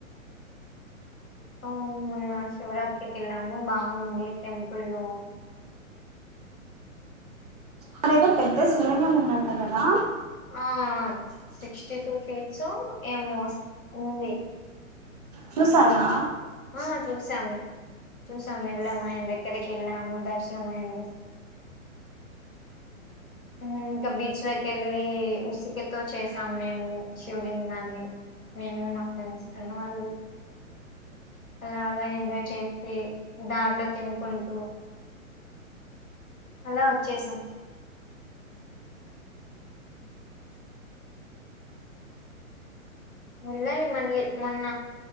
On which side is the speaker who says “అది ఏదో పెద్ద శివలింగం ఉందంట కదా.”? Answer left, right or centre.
Right